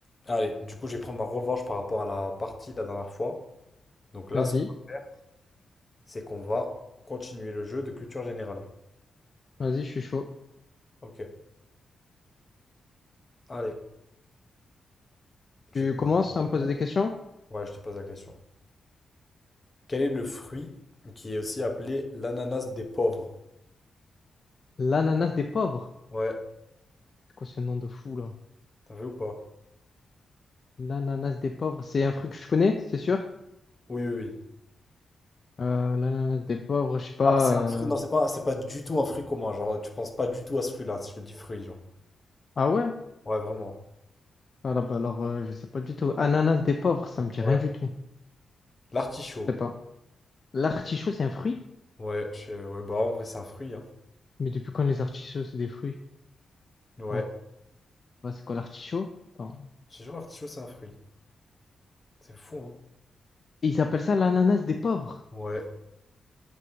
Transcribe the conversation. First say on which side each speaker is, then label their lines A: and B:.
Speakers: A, on the left; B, on the left.
A: Allez, du coup, je vais prendre ma revanche par rapport à la partie de la dernière fois. Donc là,
B: Vas-y,
A: ce qu'on va faire, c'est qu'on va continuer le jeu de culture générale.
B: vas-y, je suis chaud.
A: Ok, allez, je
B: Tu
A: te pose
B: commences
A: une question.
B: à me poser des questions?
A: Ouais, je te pose la question. Quel est le fruit qui est aussi appelé l'ananas des pauvres?
B: L'ananas des pauvres.
A: Ouais,
B: C'est quoi ce nom de fou là?
A: t'as vu ou pas?
B: L'ananas des pauvres, c'est un fruit que je connais, c'est sûr.
A: Oui, oui, oui.
B: Euh, l'ananas des pauvres, je sais pas.
A: Ah, c'est un fruit, non,
B: euh,
A: c'est pas, c'est pas du tout un fruit commun. Genre, tu penses pas du tout à ce fruit-là, si je te dis fruit, genre.
B: Ah ouais?
A: Ouais, vraiment.
B: Voilà, bah alors euh, je sais pas du tout. Ananas des pauvres, ça me dit
A: Ouais.
B: rien du tout.
A: L'artichaut.
B: Je sais pas. L'artichaut, c'est un fruit?
A: Ouais, je- ouais, bah en vrai, c'est un fruit, hein.
B: Mais depuis quand les artichauts, c'est des fruits?
A: Ouais.
B: Non. Bah, c'est quoi l'artichaut? Attends.
A: Je te jure, l'artichaut, c'est un fruit. C'est fou, hein.
B: Et ils appellent ça l'ananas des pauvres.
A: Ouais.